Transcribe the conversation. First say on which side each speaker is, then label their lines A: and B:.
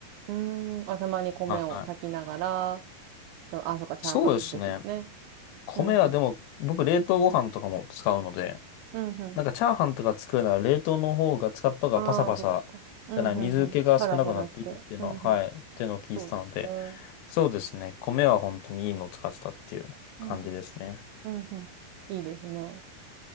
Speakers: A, on the right; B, on the left.
A: うん。うーん。あ、たまに米を炊きながら、
B: はい。
A: そう、あ、そっか、チャーハン出てますね。
B: そうですね。米はでも、
A: うん、うん。
B: 僕冷凍ご飯とかも使うので、
A: うん、う
B: なんかチャーハンとか作るなら冷凍の方が、使った方がパサパサじゃない、
A: ん。ああ、そっか、そっか。うん、うん、
B: 水気が少なくなっていいっていうのは、
A: うん。パラパラして。うん、うん。
B: はい、っていうのを聞いてたので、
A: そうですね。うん、
B: そうですね。米は本当にいいのを使ってたっていう感じですね。
A: うん。うん、うん。いいですね。